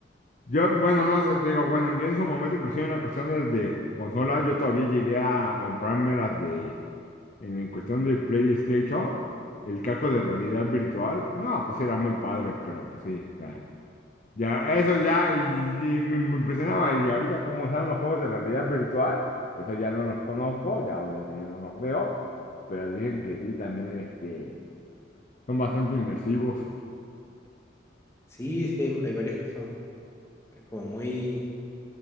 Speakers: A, on the left (about 40°); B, on the left (about 15°).
A: Yo, bueno, no sé, te digo, bueno, yo en su momento, inclusive en la cuestión de, de consolas, yo todavía llegué a comprarme las de, en el cuestión de PlayStation, el casco de realidad virtual. No, pues era muy padre, pero pues sí, Ya, eso ya, y, y me, me impresionaba. Y ahorita, como están los juegos de realidad virtual, eso ya no los conozco, ya obviamente ya no los veo, pero dicen que sí, también este, son bastante inmersivos.
B: Sí, sí, hay, hay varios que son como muy,